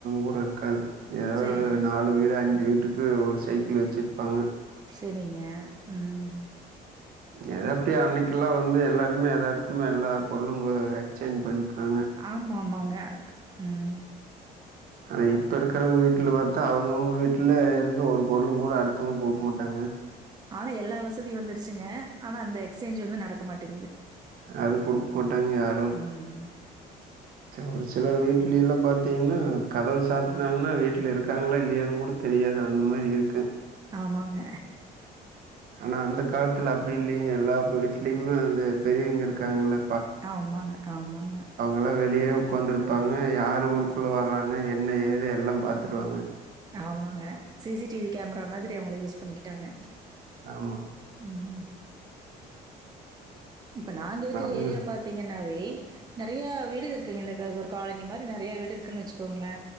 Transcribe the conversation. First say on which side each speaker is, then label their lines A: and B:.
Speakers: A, on the right; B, on the right.
A: கூட இருக்காது ஏ
B: செரிங்க
A: நாலு வீடு அஞ்சு வீட்டுக்கு ஒரு சைக்கிள் வெச்சிர்ப்பாங்க
B: செரிங்க ம்
A: எது எப்டியோ அன்னைக்கெல்லா வந்து எல்லாருமே எதார்த்தமா எல்லா பொருளுங்க எக்ஸ்சேஞ்ச் பண்ணிக்வாங்க
B: ஆமா ஆமாங்க ம்
A: ஆனா இப்ப இருக்கறவ்ங்க வீட்ல பாத்தா அவங்கவுங்க வீட்ல இருந்து ஒரு பொருளுங்கூட அடுத்தவ்ங்க் குடுக் மாட்டாங்கங்க
B: ஆனா எல்லா வசதியு வந்துருச்சுங்க ஆனா அந்த எக்ஸ்சேஞ்ச் வந்து நடக்க மாட்டேங்கிது
A: அது குடுக் மாட்டாங்க யாரு
B: ம்.
A: சே ஒரு சிலர் வீட்லில்லா பாத்தீங்கன்னா கதவு சாத்துனாங்கன்னா வீட்ல இருக்காங்ளா இல்லையான் கூட தெரியாது அந்த மாரி இருக்கு
B: ஆமாங்க,
A: ஆனா அந்த காலத்துல அப்பிடி இல்லீங்க எல்லா ப வீட்லயுமு அந்த பெரியவங்க இருக்காங்கில்ல
B: ஆமாங்க ஆமாங்க
A: எல்லா வெளியே உக்காந்துருப்பாங்க யாரு ஊருக்குள்ள வர்றாங்க என்ன ஏது எல்லா பாத்துருவாங்க
B: ஆமாங்க C C T V camera மாதிரி அவங்கள யூஸ் பண்ணிக்கிட்டாங்க
A: ஆமா
B: ம் இப்ப நாங்க இர்க்கற
A: அவங்க
B: ஏரியா பாத்தீங்கன்னாவே நெறையா வீடுக இருக்குங்க இந்த க இது ஒரு காலணி மாரி நெறையா வீடு இருக்குன் வெச்சுக்கோங்ளே